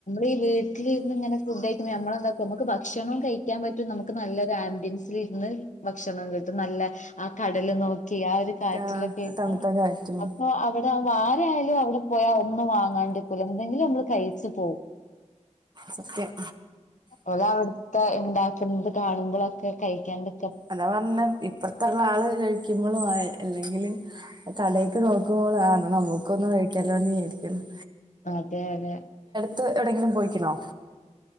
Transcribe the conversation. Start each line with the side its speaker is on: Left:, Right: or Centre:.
Left: ഈ വീട്ടിലിരുന്ന് ഇങ്ങനെ ഫുഡ് കഴിക്കുമ്പോ നമ്മളെന്താക്കും നമുക്ക് ഭക്ഷണോം കഴിക്കാൻ പറ്റും നമുക്ക് നല്ലൊരു ആംബിയൻസില് ഇരുന്ന് ഭക്ഷണം കിട്ടും നല്ല ആ കടല് നോക്കി ആ ഒരു കാറ്റിലൊക്കിര്ന്ന്
Right: ആ, തണുത്ത കാറ്റും
Left: അപ്പൊ അവിടവുമ്പം ആരായാലും അവിടെ പോയാ ഒന്നും വാങ്ങാണ്ട്ക്കൂല എന്തെങ്കിലും നമ്മള് കഴിച്ചു പോവും
Right: സത്യം
Left: ഓലെ അവിടുത്തെ ഇണ്ടാക്കുന്നത് കാണുമ്പളൊക്കെ കഴിക്കാണ്ട്
Right: അതാ പറഞ്ഞ് ഇപ്പറത്തുള്ള ആള് കഴിക്കുമ്പളും ആ അല്ലെങ്കില് കടേയ്ക്ക് നോക്കുമ്പോളും ആ ന്നാ നമ്മുക്കൊന്നും കഴിക്കാല്ലോന്ന് വിചാരിക്കുള്ളു
Left: അതെ അതെ
Right: ത്ത് എവിടെങ്കിലും പോയിക്കണോ